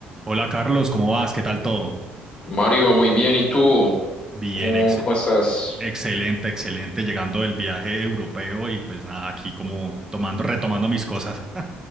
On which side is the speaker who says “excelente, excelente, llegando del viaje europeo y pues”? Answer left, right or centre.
Right